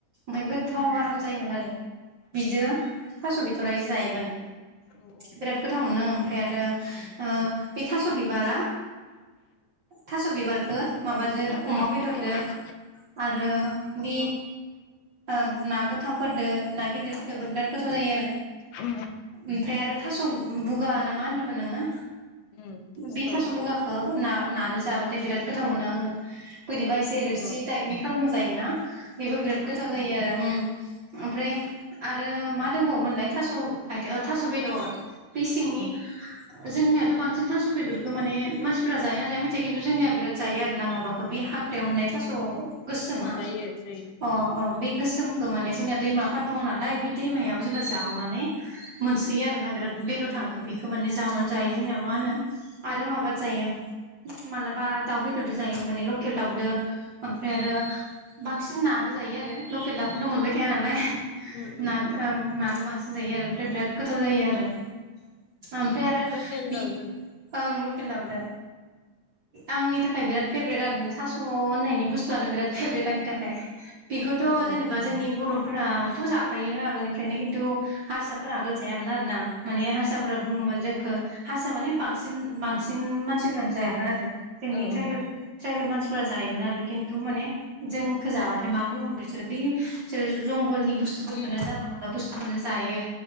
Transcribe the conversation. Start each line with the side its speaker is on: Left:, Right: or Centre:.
Right: बेगो थाव आराम जायोमोन आरो बिजों थास' बिथ'रायजों जायोमोन।
Left: ओ ओ
Right: बिराद गोथाव मोनो ओमफ्राय आरो
Left: औ
Right: ओ- बे थास' बिबारा। थास' बिबारखौ माबादो
Left: औ
Right: अमा बेदरदो। आरो बे ओं ना गोथांफोरदो ना गिदिरफोरदोबो बिराद गोथाव जायो आरो।
Left: उम
Right: ओमफ्राय आरो थास' बुगा ना मा होनदोंमोन नोङो?
Left: उम
Right: बे
Left: अ
Right: थास' बगाखौ ना नादो जाबाथाय बिराद गोथाव मोनो आङो बोरबा एसे रोसि
Left: अ
Right: टाइपनि खालामना जायोना। बेबो बिराद
Left: अ
Right: गोथाव जायो आरो ओमफ्राय
Left: उम
Right: आ आरो मा दंबावोमोनलाय थास' आ थास' बेदर बे सिंनि
Left: उम उम
Right: जोंनियाथ' बांसिन थास' बेदरखौ मासिफोरा जायो ना जाया मिथिया खिन्थु जोंनिया बिराद जायो आरो ना माबाखौ बे हाग्रायाव मोननाय थास स' गोसोमा
Left: जायो जायो
Right: अ अ बे गोसोमखौ माने जोंनिना दैमाफोर दङ नालाय बे दैमायाव जोङो
Left: उम
Right: जावनानै मोनसौयो आरोना बिराद बेदर
Left: अ
Right: थाङो
Left: उम
Right: बेखौ माने जावनानै। जायो जोंनिया मा होनो आरो माबाद जायो। मालाबा दाउ बेदरजों जायो माने लकेल दाउदो ओमफ्राय आरो बांसिन ना जायो आरो लकेल दावखौथ' मोनबाय थाया नालाय
Left: उम
Right: ना औ नादो गोथाव जायो आरो बिराद गोथाब जायो आरो
Left: लकेल
Right: बि
Left: रावजों
Right: ओं खेल दावदो आंनि थाखाय बिराद फेभरेट आरो सास' होननायनि बुस्थुआनो बिराद फेभरेट आंनि थाखाय थ'
Left: ओ
Right: जेनेबा
Left: ओ
Right: जोंनि बर'फोराथ' जाखायो आगोलनिफ्रायनो खिन्थु हारसाफोरा
Left: उम
Right: आगोल जायामोन आरो ना माने हारसाफोरा
Left: उम
Right: बुङोमोन जोंखौ हारसा माने बांसिन बांसिन मानसिफोरानो जायामोन आरो जोंनि
Left: ओ
Right: ट्राइबेल
Left: ओं
Right: ट्रायबेल मानसिफोर जायोमोन आरो खिन्थु माने जोंखौ जाबाथाय मा बुङोमोन बिसोरो बे बिसोर जगलनि बुस्थुफोरखौनो
Left: औ थास'खौ
Right: जाना मोनला बुस्थुखौनो जायो